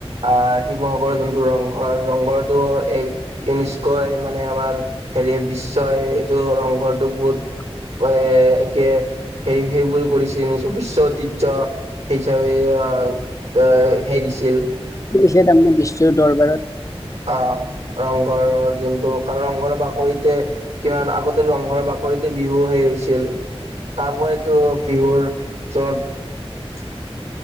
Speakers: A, on the right (about 80°); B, on the left (about 30°).
A: আহ শিৱসাগৰৰ যোনটো ৰংঘৰ ৰংঘৰত টো এ ইউনিস্কই মানে আমাৰ হেৰি বিশ্বই এইটো ৰংঘৰটোক বহুত
B: <inaudible>
A: এ একে হেৰি সেইবোৰ কৰিছিল বিশ্বত ঐতিহয্য হিচাপে আহ এ হেৰি দিছিল।
B: তেতিয়া, তাৰমানে বিশ্বৰ দৰবাৰত
A: অ', ৰংঘৰৰ যোনটো কাৰংঘৰৰ বাকৰিতে কিমান আগতে ৰংঘৰৰ বা উপৰিতে বিহু সেই হৈছিল তাৰপৰাইতো বিহুৰ যত <unintelligible>